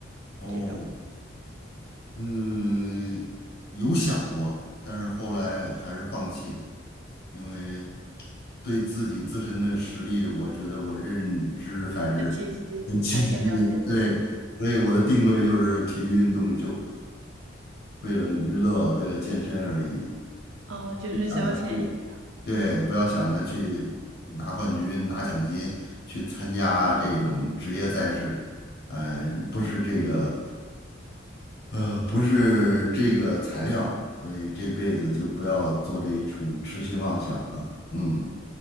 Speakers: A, on the left; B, on the right.
A: 哦，
B: 这种，
A: 嗯，有想过，但是后来还是放弃了，因为。对自己自身的实力，我觉得我认知还是很清晰的。
B: 很清晰，还挺了解的。
A: 对，所以我的定位就是体育运动，就为了娱乐，为了健身而已，
B: 哦，就是消遣一下。
A: 就想着去，对，不要想着去拿冠军、拿奖金，去参加这种职业赛事，呃，不是这个，呃，不是这个材料儿所以这辈子就不要做这种痴心妄想了。嗯，